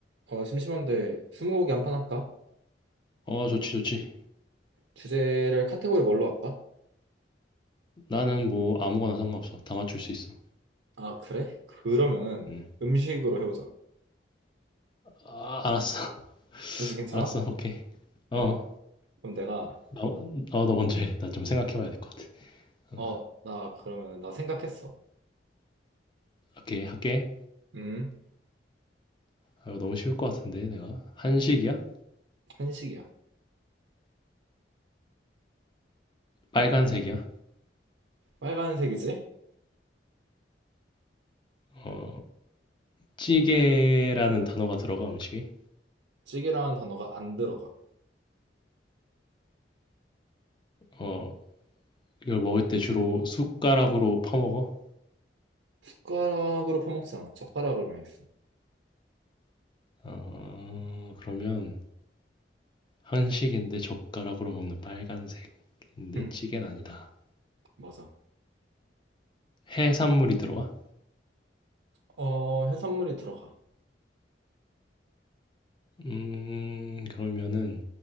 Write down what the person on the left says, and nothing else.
어, 좋지, 좋지.
나는 뭐 아무거나 상관없어. 다 맞출 수 있어.
응.
아, 알았어. <laughs>
알았어. 오케이. 어,
나, 어, 너 먼저 해. 나 좀 생각해봐야 될 것 같아. 어,
오케이, 할게.
아, 이거 너무 쉬울 것 같은데, 내가. 한식이야?
빨간색이야?
어, 찌개라는
단어가 들어가, 음식에.
어, 이걸 먹을 때
주로 숟가락으로 퍼먹어.
어, 그러면 한식인데 젓가락으로 먹는 빨간색인데
찌개는 아니다.
해산물이 들어가?
음, 그러면은